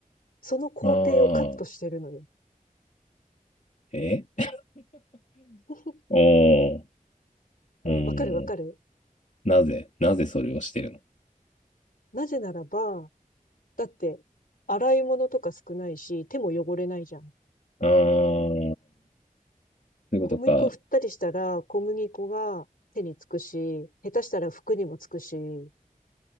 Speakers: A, on the left (about 80°); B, on the left (about 60°).
A: その工程をカットしてるのよ。
B: ああー、え
A: <laughs>
B: おおー、うーん。
A: わかるわかる。
B: なぜ、なぜそれをしてるの
A: なぜならば、だって、洗い物とか少ないし、手も汚れないじゃん。
B: ああー、そういうことか。
A: 小麦粉振ったりしたら、小麦粉が手につくし、下手したら服にもつくし、